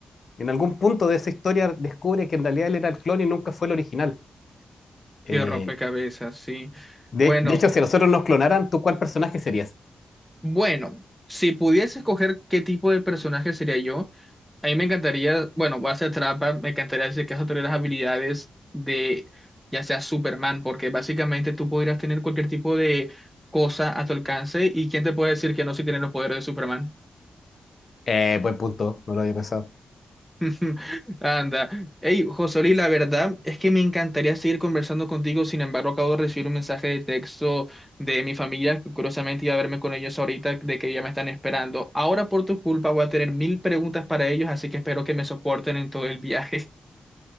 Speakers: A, on the left (about 50°); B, in the centre.
A: En algún punto de esa historia descubre que en realidad él era el clon y nunca fue el original. Eh,
B: Qué rompecabezas, sí.
A: de,
B: Bueno,
A: de hecho, si nosotros nos clonaran, ¿tú cuál personaje serías?
B: bueno, si pudiese escoger qué tipo de personaje sería yo, a mí me encantaría, bueno, voy a hacer trampa, me encantaría decir que eso tener las habilidades de ya sea Superman, porque básicamente tú podrías tener cualquier tipo de cosa a tu alcance y quién te puede decir que no si tienes los poderes de Superman.
A: Eh, buen punto, no lo había pensado.
B: <laughs> Anda. Hey, Josoli, la verdad es que me encantaría seguir conversando contigo. Sin embargo, acabo de recibir un mensaje de texto de mi familia, que curiosamente iba a verme con ellos ahorita, de que ya me están esperando. Ahora, por tu culpa, voy a tener mil preguntas para ellos, así que espero que me soporten en todo el viaje. <laughs>